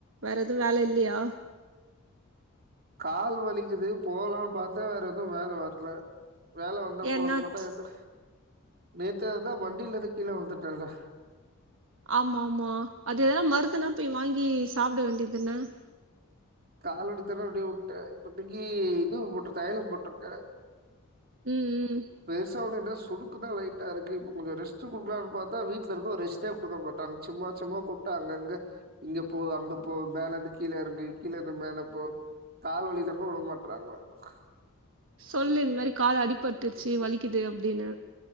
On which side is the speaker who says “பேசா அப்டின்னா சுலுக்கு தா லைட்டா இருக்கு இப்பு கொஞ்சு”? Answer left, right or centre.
Right